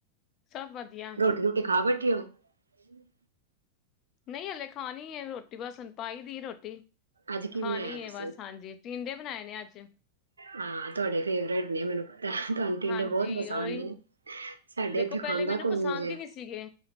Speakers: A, on the left; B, on the right.
A: ਸਭ ਵਧੀਆ
B: ਰੋਟੀ ਰੂਟੀ ਖਾ ਬੈਠੀ ਹੋ, ਹੂੰ,
A: ਨਹੀਂ ਹਾਲੇ ਖਾਣੀ ਹੈ, ਰੋਟੀ ਬਸ ਪਾਈ ਦੀ ਰੋਟੀ
B: ਅੱਜ ਕੀ
A: ਖਾਣੀ
B: ਬਣਾਇਆ ਤੁਸੀਂ
A: ਬਸ ਹਾਂਜੀ ਟਿੰਡੇ, ਟਿੰਡੇ ਬਣਾਏ ਨੇ ਅੱਜ,
B: ਹਾਂ ਤੁਹਾਡੇ ਫੇਵਰੇਟ ਨੇ ਮੈਨੂੰ, ਤੁਹਾਨੂੰ ਟਿੰਡੇ
A: ਹਾਂਜੀ
B: ਬਹੁਤ ਪੰਸਦ
A: ਉਹੀ
B: ਨੇ ਸਾਡੇ
A: ਦੇਖੋ
B: ਇੱਥੇ
A: ਪਹਿਲੇ
B: ਖਾਂਦਾ
A: ਮੈਨੂੰ
B: ਕੋਈ
A: ਪਸੰਦ
B: ਨੀ ਜੇ
A: ਹੀ ਨਹੀਂ ਸੀਗੇ